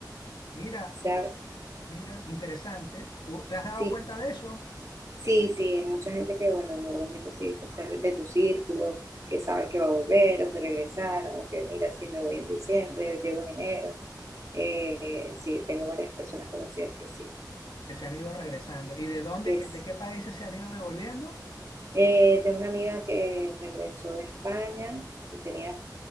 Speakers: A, on the left; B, on the right.
A: Mira,
B: O sea,
A: mira, interesante. ¿Tú te has dado
B: sí,
A: cuenta de eso?
B: sí, sí, mucha gente que, bueno, normalmente sí, o sea, de tu círculo, que sabes que va a volver o que regresaron, o que mira, sí me voy en diciembre, llego en enero. Eh, sí, tengo varias personas conocidas que sí,
A: Que se han ido regresando. ¿Y de dónde,
B: que
A: que-
B: es.
A: de qué países se han ido devolviendo?
B: Eh, tengo una amiga que regresó de España y tenía